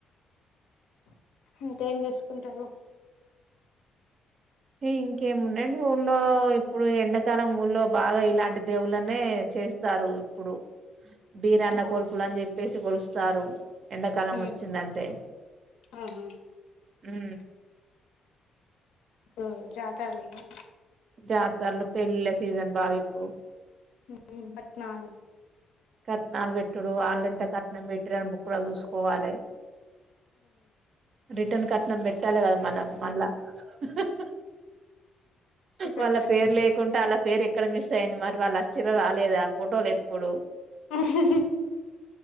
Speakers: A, on the left (about 80°); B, on the right (about 55°).
A: ఇంకేం చేసుకుంటారు
B: ఈ ఇంకేమున్నది ఊళ్లో ఇప్పుడు ఎండకాలం ఊల్లో బాగా ఇలాంటి దేవుళ్లనే చేస్తారు ఇప్పుడు బీరన్న
A: ఆ
B: కొల్పులు అని జెప్పేసి కొలుస్ చారు ఎండకాలం
A: ఉమ్
B: ఓచ్చిందంటే
A: ఆహా
B: ఊ
A: ఊ జాతర్లుగా
B: జాతర్లు పెళ్లిళ్ల సీజన్ల బాగా ఇప్పుడు
A: ఉ ఉ పట్నాలు
B: కట్నాలు పెట్టుడు వాళ్ళింత కట్నం పెట్టిండ్రని బుక్కుల్లో చూసుకోవాలి రిటన్ కట్నం పెట్టాలి కదా మనం మల్ల హాహా
A: ఇట్లాంటి
B: వాళ్ళ
A: కట్నాలు
B: పేరు లేకుంటే వాళ్ల పేరు ఎక్కడ మిస్ అయింది మరి వాళ్ళ చిరా రాలేదా ఫోటోలు ఎత్కుడు
A: హాహా